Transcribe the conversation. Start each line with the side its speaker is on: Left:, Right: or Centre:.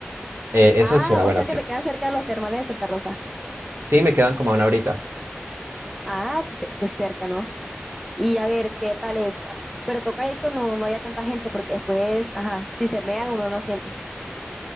Right: Eh, esa
Centre: Ah,
Right: es una buena
Centre: o sea
Right: opción.
Centre: que te quedas cerca de los termales de Santa Rosa.
Right: Sí, me quedan como una horita.
Centre: Ah, se- pues cerca, ¿no? y a ver qué tal es. Pero toca ir cuando no haya tanta gente, porque después, ajá, si se mean uno no siente.